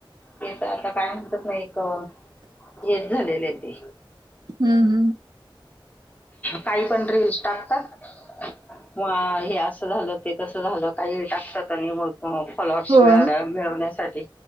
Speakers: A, on the left; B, on the right.
A: हे काय आता काय म्हणतात का नाही कवा. हेच झालेले आहेत ते
B: हम्म हम्म <inaudible>
A: काही पण रिल्स टाकतात <inaudible> <unintelligible> हा हे असं झालं ते तसं झालं काही टाकतात आणि नाय प्लॉ -प्लॉट्स
B: होय
A: मि- मिळवण्यासाठी